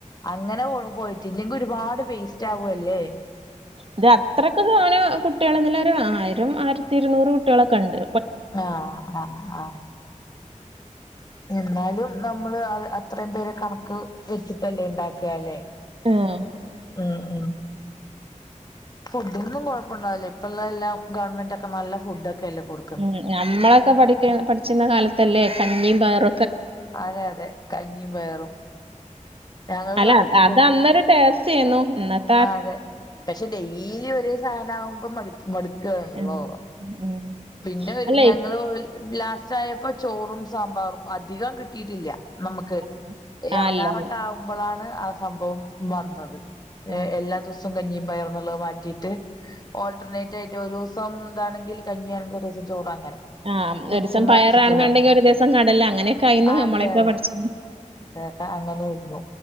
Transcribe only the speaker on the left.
അങ്ങനെ പോയിട്ട്. ഇല്ലെങ്കിൽ ഒരുപാട് വേസ്റ്റ് ആവോല്ലെ.
ആഹ്! ആഹ്! ആഹ്! എന്നാലും നമ്മള് അ അത്രയും പേരെ കണക്ക് വെച്ചിട്ടെല്ലേ ഇണ്ടാക്കല്ലേ.
ഉം ഉം ഫുഡിന്നും ഇപ്പൊണ്ടാവെല്ലെ. ഇപ്പോ ഇള്ളെ എല്ലാം ഗവൺമെന്റ് ഒക്കെ നല്ല ഫുഡ് ഒക്കെല്ലെ കൊടുക്
അതെ! അതെ! കഞ്ഞിം, പയറും ഞങ്ങൾ
ക്ലാസ്
ആഹ്. അതെ. പക്ഷെ ഡെയിലി ഒരേ സാധനം ആവുമ്പം മടു മടുക്കാണല്ലോ.
പിന്നെ
ഞങ്ങള് ലാസ്റ്റ് ആയപ്പോ ചോറും, സാമ്പാറും അധികം കിട്ടീട്ടില്ല. നമുക്ക്
എറങ്ങാറൊക്കെ
ആവുമ്പളാണ് ആ സംഭവം വന്നത്.
ഏ എല്ലാ ദൂസും കഞ്ഞിം പയറും ന്ന്ള്ളത് മാറ്റിട്ട് ഓൾട്ടർനേറ്റ് ആയിറ്റ് ഒരൂസം താണെങ്കിൽ കഞ്ഞിയാണെങ്കി ഒരൂസം ചോറ് അങ്ങനെ
തിരിച്ചും
മറിച്ചിട്ടും വന്നു
അതെ
അതെ
ആഹ് അങ്ങനെര്ന്നു